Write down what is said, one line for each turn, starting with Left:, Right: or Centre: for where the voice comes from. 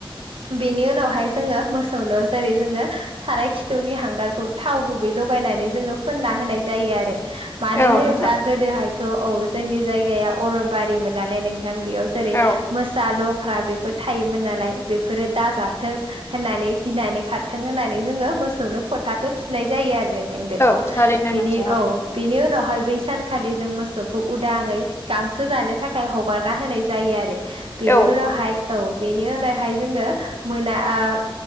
Right: बेनि उनावहाय जोङो मोसौनाव जेरै जोङो साराय खिथुनि हांगारखौ थाव गुबै लगायनानै जोङो फोनना होनाय जायो आरो मानो
Left: औ
Right: होनोब्ला
Left: नोंथां
Right: गोदोहायथ' औ जोंनि जायगाया अरनबारिमोन नालाय नोंथां बेयाव जेरै
Left: औ
Right: मोसा लख्रा बेफोर थायोमोन नालाय बेफोरो दाजाथों होननानै गिनानै खारथों होननानै जोङो मोसौनो फोथाखौ थुनाय जायो आरो नों दों बेखौ
Left: औ थारैनो
Right: बिनि
Left: नोंथां
Right: औ बिनि उनावहाय बै सानखालि जों मोसौखौ उदाङै गांसो जानो थाखाय हगारना होनाय जायो आरो बेनि
Left: औ
Right: उनावहाय औ बेनि उनावहाय जोङो मोना ओ